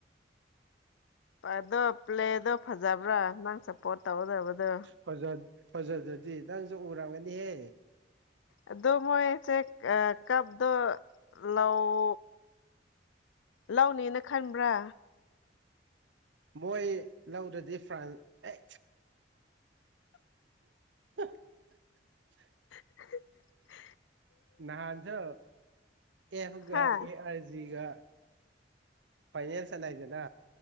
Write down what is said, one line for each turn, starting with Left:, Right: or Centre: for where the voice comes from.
Left: ꯎꯝ ꯑꯗꯣ ꯄ꯭ꯂꯦꯗꯣ ꯐꯖꯕ꯭ꯔꯥ ꯅꯪ ꯆꯞ ꯄꯣꯠ ꯇꯧꯒꯗꯕꯗꯣ
Right: ꯐꯥꯖ ꯐꯥꯖꯗ꯭ꯔꯗꯤ ꯅꯪꯁꯨ ꯎꯔꯝꯒꯅꯤꯍꯦ
Left: ꯑꯗꯨꯃꯣꯏ ꯆꯦ ꯑ ꯀꯞꯗꯣ ꯂꯧ ꯂꯧꯅꯤꯅ ꯈꯟꯕ꯭ꯔꯥ
Right: ꯃꯣꯏ ꯂꯧꯗ꯭ꯔꯗꯤ ꯐ꯭ꯔꯥꯟꯁ ꯑꯦ <unintelligible>
Left: <inaudible>
Right: ꯅꯍꯥꯟꯁꯨ ꯑꯦꯐꯒ
Left: ꯍꯥ
Right: ꯑꯦ ꯑꯥꯔꯖꯤꯒ ꯐꯥꯏꯅꯦꯜ ꯁꯥꯟꯅꯩꯗꯅ